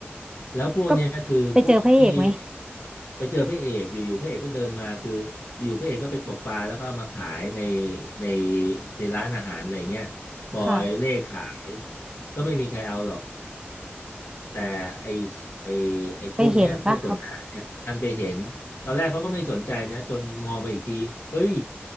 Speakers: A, on the left (about 65°); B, on the right (about 20°).
A: แล้วพวกเนี้ยคือพวกที่
B: ก็ไปเจอพระเอกไหม
A: ไปเจอพระเอกอยู่ๆพระเอกก็เดินมาคืออยู่พระเอกก็ไปตกปลาแล้วก็เอามาขายในในในร้านอาหารอะไรเงี้ยคอยเล่ขาย
B: ค่ะ
A: ก็ไม่มีใครเอาหรอก แต่ไอไอไอพวกเนี้ยพวกหัวหน้าเนี่ยดันไปเห็นตอนแรกเขาก็ไม่สนใจนะจนมองไปอีกทีเฮ้ย
B: ไปเห็นปะครับ